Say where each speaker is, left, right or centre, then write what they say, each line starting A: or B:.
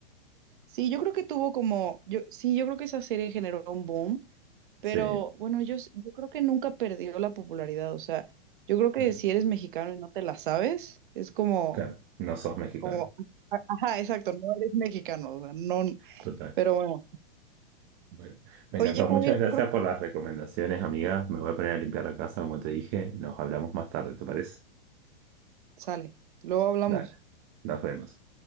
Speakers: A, on the right; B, on the right.
A: sí, yo creo que tuvo como, yo, sí, yo creo que esa serie generó un boom, pero
B: Sí,
A: bueno, yo, s- yo creo que nunca perdió la popularidad, o sea, yo creo
B: claro.
A: que si eres mexicano y no te la sabes, es como,
B: Claro, no sos mexicano.
A: como, ajá, exacto, no eres mexicano, o sea, no,
B: Total.
A: pero bueno.
B: Bueno, me
A: Oye,
B: encantó. Muchas
A: Javier,
B: gracias
A: creo
B: por
A: que
B: las recomendaciones, amiga. Me voy a poner a limpiar la casa, como te dije. Nos hablamos más tarde, ¿te parece?
A: sale. Luego hablamos.
B: Dale. Nos vemos.